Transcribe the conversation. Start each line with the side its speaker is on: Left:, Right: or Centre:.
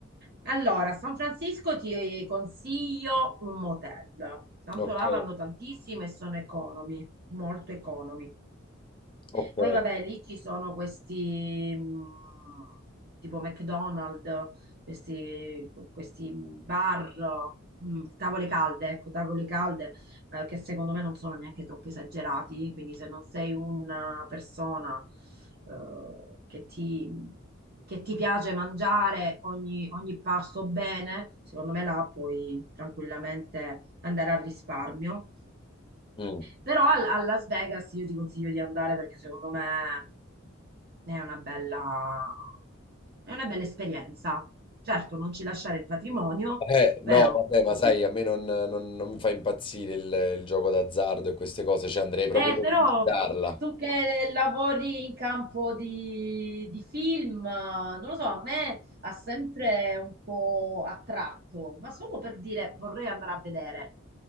Right: Allora, a San Francisco ti consiglio un motel, tanto
Left: Ok.
Right: là vanno tantissime e sono economi, molto economi.
Left: Ok.
Right: Poi vabbè, lì ci sono questi mh, tipo McDonald's, questi, questi bar, mh, tavole calde, ecco, tavole calde eh, che secondo me non sono neanche troppo esagerati, quindi se non sei una persona eh, che ti, che ti piace mangiare ogni, ogni pasto bene, secondo me là puoi tranquillamente andare al risparmio.
Left: Mm.
Right: Però a, a Las Vegas io ti consiglio di andare perché secondo me è una bella, è una bella esperienza. Certo, non ci lasciare il patrimonio,
Left: Eh,
Right: però...
Left: no, vabbè, ma sai, a me non, non- non mi fa impazzire il, il gioco d'azzardo e queste cose, cioè andrei proprio
Right: Eh,
Left: per
Right: però
Left: visitarla.
Right: tu che lavori in campo di, di film, non lo so, a me ha sempre un po' attratto, ma solo per dire vorrei andare a vedere.